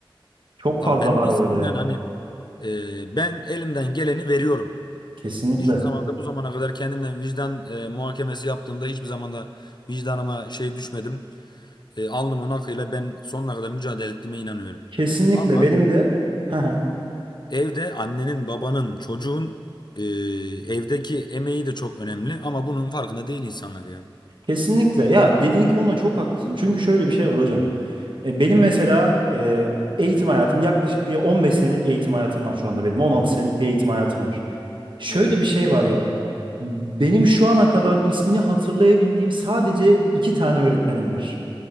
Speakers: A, on the right; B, on the left.
A: Çok fazla
B: Lan ben
A: var
B: de istiyorum
A: böyle ya.
B: yani hani e, ben elimden geleni veriyorum.
A: Kesinlikle.
B: Hiçbir zaman da bu zamana kadar kendimden vicdan e, muhakemesi yaptığımda hiçbir zaman da vicdanıma şey düşmedim. E, alnımın akıyla ben sonuna kadar mücadele ettiğime inanıyorum.
A: Kesinlikle
B: Ama
A: benim de. <laughs> Hı hı.
B: Evde annenin, babanın, çocuğun e, evdeki emeği de çok önemli ama bunun farkında değil insanlar ya.
A: Kesinlikle. Ya dediğin konuda çok haklısın. Çünkü şöyle bir şey var hocam. E, benim mesela e, eğitim hayatım yaklaşık bir 15 senelik eğitim hayatım var şu anda benim. 16 senelik bir eğitim hayatım var. Şöyle
B: Evet.
A: bir şey var ya. Benim şu ana kadar ismini hatırlayabildiğim sadece iki tane öğretmenim var.